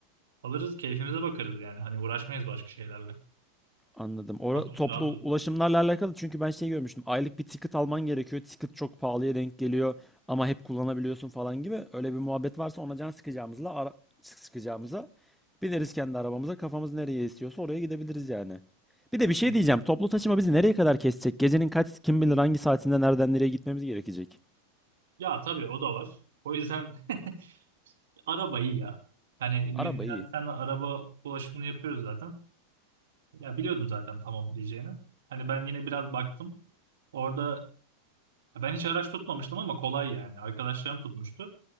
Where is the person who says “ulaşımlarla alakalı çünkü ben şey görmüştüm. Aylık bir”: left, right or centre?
Centre